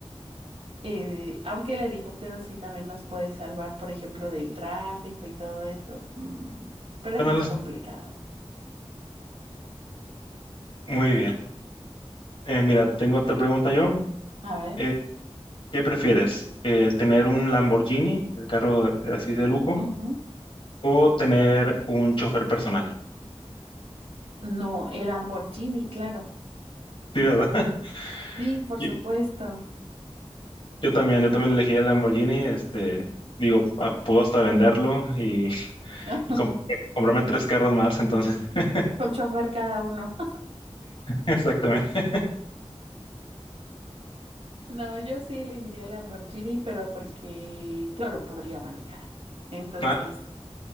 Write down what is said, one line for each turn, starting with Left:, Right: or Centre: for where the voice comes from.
Right: eh, aunque el helicóptero sí también nos puede salvar, por ejemplo, del tráfico y todo eso. mm, pero es
Left: Bueno,
Right: más
Left: eso
Right: complicado.
Left: es muy bien. Eh, mira, tengo otra pregunta yo.
Right: A ver.
Left: Eh, ¿qué prefieres? Eh, ¿tener un Lamborghini, el carro eh, así de lujo,
Right: ujú.
Left: o tener un chofer personal?
Right: No, el Lamborghini, claro.
Left: Sí, ¿verdad? <laughs>
Right: Sí, por
Left: Yo,
Right: supuesto.
Left: yo también, yo también elegí el Lamborghini, este, digo, ah, puedo hasta venderlo y, <laughs>
Right: <laughs>
Left: y comp- comprarme tres carros más, entonces. <laughs>
Right: Con chofer cada uno.
Left: Exactamente.
Right: No, yo sí elegiría la Lamborghini, pero porque yo lo podría manejar. Entonces,
Left: Ah,